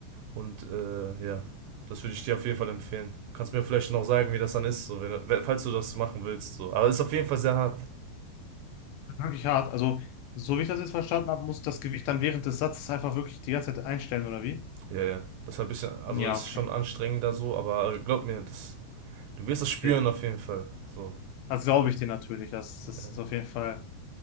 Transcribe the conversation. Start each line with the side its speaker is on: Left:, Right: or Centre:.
Right: Und äh, ja, das würde ich dir auf jeden Fall empfehlen. Kannst mir vielleicht noch sagen, wie das dann ist, so, wenn, falls du das machen willst. So. Aber es ist auf jeden Fall sehr hart.
Left: wirklich hart. Also so wie ich das jetzt verstanden habe, muss das Gewicht dann während des Satzes einfach wirklich die ganze Zeit einstellen, oder wie?
Right: Ja, ja. Das ist ein bisschen, also
Left: Ja,
Right: ist
Left: okay,
Right: schon anstrengender so, aber glaub mir, das, du wirst das
Left: okay.
Right: spüren auf jeden Fall. So.
Left: Das glaube ich dir natürlich. Das, das
Right: Ja,
Left: ist auf jeden Fall,